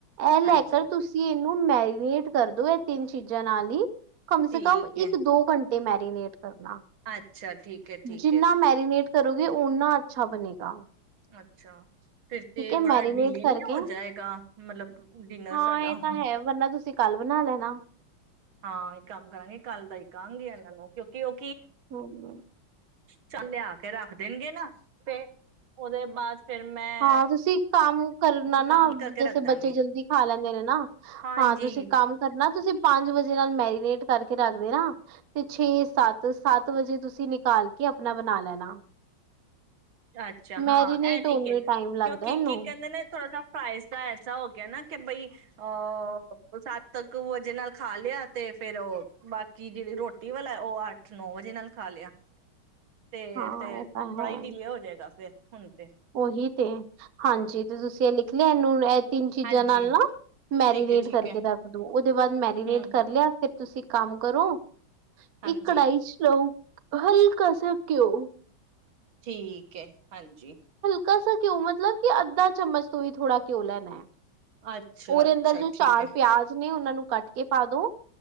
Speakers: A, on the right; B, on the right.
A: ਇਹ ਲੈ
B: ਹਾਂਜੀ
A: ਕਰ ਤੁਸੀਂ ਇਹ ਓਨੂੰ ਮੈਰੀਨੇਟ ਕਰਦੋ ਇਹ ਤਿੰਨ ਚੀਜ਼ਾਂ ਨਾਲ ਹੀ ਕਮ
B: ਠੀਕ
A: ਸੇ ਕਮ
B: ਹੈ
A: ਇੱਕ ਦੋ ਘੰਟੇ ਤੇ ਮੈਰੀਨੇਟ ਕਰਨਾ।
B: ਅੱਛਾ ਠੀਕ ਹੈ ਠੀਕ
A: ਜਿੰਨਾ
B: ਹੈ
A: ਮੈਰੀਨੇਟ ਕਰੋਗੇ ਓਨਾ ਅੱਛਾ ਬਣੇਗਾ।
B: ਅੱਛਾ ਫਿਰ ਤੇ
A: ਠੀਕ ਹੈ ਮੈਰੀਨੇਟ
B: ਬੜਾ ਡਿਲੇ
A: ਕਰਕੇ
B: ਨੀ ਹੋ ਜਾਏਗਾ। ਮਤਲਬ ਡਿਨਰ
A: ਹਾਂ
B: ਸਾਡਾ
A: ਇਹ ਤਾਂ ਹੈ ਵਰਨਾ ਤੁਸੀਂ ਕੱਲ ਬਣਾ ਲੈਣਾ
B: ਹਾਂ ਇੱਕ ਕੰਮ ਕਰਾਂਗੇ ਕੱਲ ਦਾ ਹੀ ਕਹਾਂ ਗੀ ਇਹਨਾਂ ਨੂੰ ਕਿਉਂਕਿ ਉਹ
A: ਹਮ।
B: ਚਲ ਲਿਆ ਕੇ ਰੱਖ ਦੇਣਗੇ ਨਾ, ਤੇ ਉਹਦੇ ਬਾਅਦ ਫੇਰ ਮੈਂ
A: ਹਾਂ ਤੁਸੀਂ ਕੰਮ ਕਰਨਾ
B: ਕੀ
A: ਨਾ
B: ਕਾਂ ਕਰਕੇ
A: ਜੈਸੇ
B: ਰੱਖ ਦਾਂਗੀ
A: ਬੱਚੇ ਜਲਦੀ ਖਾ ਲੈਂਦੇ ਨੇ ਨਾ,
B: ਹਾਂਜੀ
A: ਹਾਂ ਤੁਸੀਂ ਕੰਮ ਕਰਨਾ ਤੁਸੀਂ ਪੰਜ ਵਜੇ ਨਾਲ ਮੈਰੀਨੇਟ ਕਰਕੇ ਰੱਖ ਦੇਣਾ ਤੇ ਛੇ ਸੱਤ ਸੱਤ ਵਜੇ ਤੁਸੀਂ ਨਿਕਾਲ ਕੇ ਆਪਣਾ ਬਣਾ ਲੈਣਾ।
B: ਅੱਛਾ,
A: ਮੈਰੀਨੇਟ
B: ਹਾਂ ਐ ਠੀਕ
A: ਹੋਣ ਨੂੰ
B: ਹੈ।
A: ਟਾਈਮ
B: ਕਿਉਂਕਿ
A: ਲੱਗਦਾ ਇਹਨੂੰ
B: ਕੀ ਕਹਿੰਦੇ ਨੇ ਥੋੜਾ ਸ ਫਰਾਈਜ਼ ਦਾ ਐਸਾ ਹੋ ਗਿਆ ਨਾ ਕਿ ਬਈ ਅਹ ਸੱਤ ਕੁ ਵਜੇ ਨਾਲ ਖਾ ਲਿਆ, ਤੇ ਫੇਰ ਉਹ ਬਾਕੀ ਜਿਹੜੀ ਰੋਟੀ ਵਾਲਾ ਉਹ ਅੱਠ ਨੌ ਵਜੇ ਨਾਲ ਖਾ ਲਿਆ। ਤੇ-
A: ਹਾਂ
B: ਤੇ
A: ਇਹ ਤਾਂ
B: ਬੜਾ
A: ਹੈ
B: ਹੀ ਡਿਲੇ ਹੋ ਜੇ ਗਾ ਫੇਰ ਹੁਣ ਤੇ
A: ਉਹੀ ਤੇ ਹਾਂਜੀ ਤੇ ਤੁਸੀਂ ਇਹ ਲਿਖ ਲਿਆ ਇਹਨੂੰ <inaudible> ਤਿੰਨ ਚੀਜ਼ਾਂ
B: ਹਾਂਜੀ
A: ਨਾਲ ਨਾ ਮੈਰੀਨੇਟ
B: ਠੀਕ ਹੈ ਠੀਕ
A: ਕਰਕੇ
B: ਹੈ
A: ਰੱਖ ਦੋ ਉਹਦੇ ਬਾਅਦ ਮੈਰੀਨੇਟ
B: ਹਮ
A: ਕਰ ਲਿਆ। ਫੇਰ ਤੁਸੀਂ ਕੰਮ ਕਰੋ
B: ਹਾਂਜੀ
A: ਇੱਕ ਕੜਾਹੀ ਚ ਲੋ ਹਲਕਾ ਤਾਜਾ ਘਿਓ
B: ਠੀਕ ਹੈ। ਹਾਂਜੀ।
A: ਕਾ ਸਾ ਘਿਓ ਮਤਲਬ ਕਿ ਅੱਧਾ ਚਮਚ ਤੁਹੀਂ ਥੋੜ੍ਹਾ ਘਿਉ ਲੈਣਾ ਹੈ।
B: ਅੱਛਾ
A: ਉਹਦੇ
B: ਅੱਛਾ
A: ਅੰਦਰ ਜੋ
B: ਠੀਕ
A: ਚਾਰ
B: ਹੈ
A: ਪਿਆਜ ਨੇ ਉਹਨਾ ਨੂੰ ਕੱਟ ਕੇ ਪਾ ਦੋ